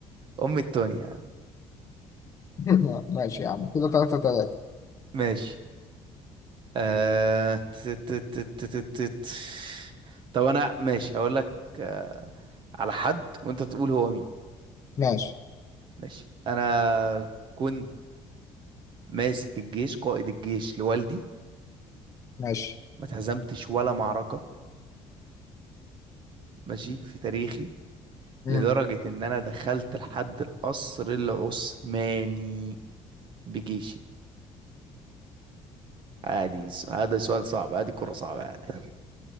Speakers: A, on the right; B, on the left.
A: أم التونيا
B: <laughs> ماشي يا عم كده تلاتة تلاتة
A: ماشي آه... ت- ت- ت- ت- ت- ت- ت- طب انا ماشي هقول لك آه... على حد وانت تقول هو مين
B: ماشي
A: ماشي انا كنت ماسك الجيش قائد الجيش لوالدي
B: ماشي
A: ما اتهزمتش ولا معركة ماشي في تاريخي
B: مم.
A: لدرجة ان انا دخلت لحد القصر العثماني بجيشي عادي س- هذا سؤال صعب عادي كرة صعبة عادي